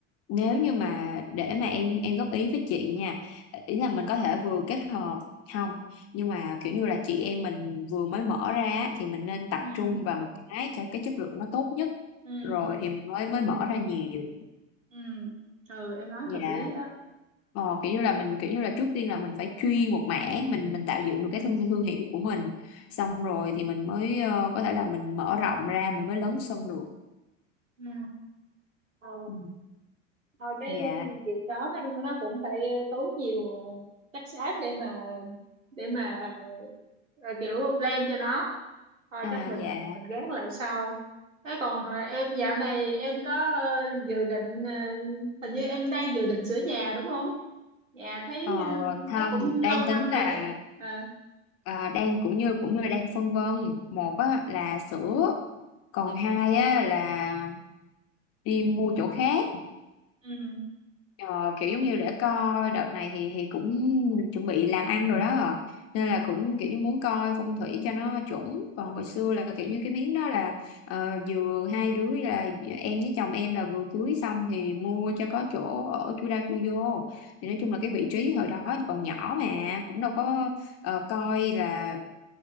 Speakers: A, on the left; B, on the right.
A: nếu như mà để mà em em góp ý với chị nha ý là mình có thể vừa kết hợp không nhưng mà kiểu như là chị em mình vừa mới mở ra á, thì mình nên tập
B: ừ
A: trung vào một cái cho cái chất lượng nó tốt nhất
B: ừ
A: rồi thì mình mới mới mở ra nhiều
B: ừ ừ em nói
A: dạ
B: hợp lý đó
A: Ờ, kiểu như là mình
B: ừ
A: kiểu như là trước tiên là mình phải chuyên một mảng mình mình tạo dựng được
B: ừ
A: cái thương thương hiệu của mình xong
B: ừ
A: rồi thì mình mới ờ, có thể là mình mở rộng ra mình mới lớn sân được
B: ừ. Ừ.
A: Ừ.
B: thôi cái
A: dạ
B: việc đó nó nó cũng phải tốn nhiều chất xám để mà để mà ờ, kiểu plan cho nó thôi
A: À
B: chắc mình
A: dạ
B: mình gác lại sau thế còn ờ, em dạo này em có ờ, dự định ờ, hình như em đang dự định sửa nhà đúng không nhà thấy
A: ờ, không
B: thấy cũng lâu
A: đang
B: năm
A: tính là
B: rồi đấy à,
A: à, đang cũng như cũng như đang phân vân một á, là sữa còn hai á, là đi mua chỗ khác
B: ừ
A: Ờ, kiểu giống như để coi đợt này thì thì cũng chuẩn bị làm ăn rồi đó à. Nên là cũng kiểu như muốn coi phong thủy cho nó chuẩn còn hồi xưa là kiểu
B: ừ
A: như cái miếng đó là ờ, vừa hai đứa là em với chồng em là vừa cưới xong thì mua
B: ừ
A: cho có chỗ ở chui ra chui vô thì nói chung là cái vị trí hồi đó còn nhỏ mà cũng đâu có ờ, coi là